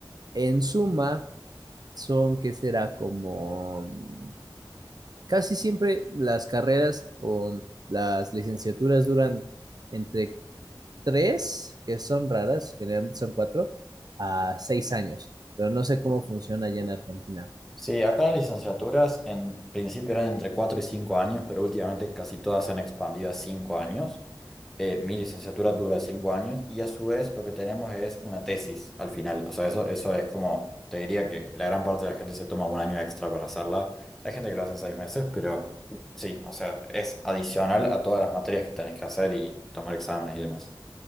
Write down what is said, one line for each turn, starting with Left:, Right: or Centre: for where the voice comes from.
Right: en suma, son que será como mm, casi siempre las carreras o las licenciaturas duran entre tres, que son raras, generalmente son cuatro, a seis años. Pero no sé cómo funciona allá en Argentina.
Centre: Sí, acá las licenciaturas en principio eran entre 4 y 5 años, pero últimamente casi todas se han expandido a 5 años. Eh, mi licenciatura dura 5 años y a su vez lo que tenemos es una tesis al final. O sea, eso, eso es como, te diría que la gran parte de la gente se toma un año extra para hacerla. Hay gente que lo hace en 6 meses, pero sí, o sea, es adicional a todas las materias que tenés que hacer y tomar exámenes y demás.